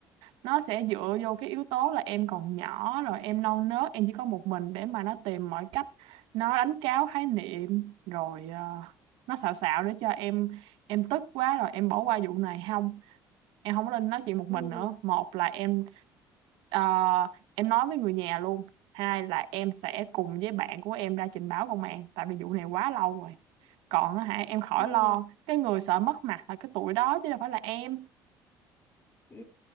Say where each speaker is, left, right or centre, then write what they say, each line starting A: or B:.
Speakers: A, on the right; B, on the left.
A: Nó sẽ dựa vô cái yếu tố là em còn nhỏ Rồi em non nớt em chỉ có một mình Để mà nó tìm mọi cách Nó đánh tráo khái niệm Rồi ờ, nó xạo xạo để cho em Em tức quá rồi em bỏ qua vụ này không em không có nên nói chuyện một
B: ừ
A: mình nữa một là em ờ, em nói với người nhà luôn hai là em sẽ cùng với bạn của em ra trình báo công an tại vì vụ này quá lâu rồi còn á hả em khỏi
B: ừ
A: lo cái người sợ mất mặt là cái tuổi đó chứ đâu phải là em
B: Ừ,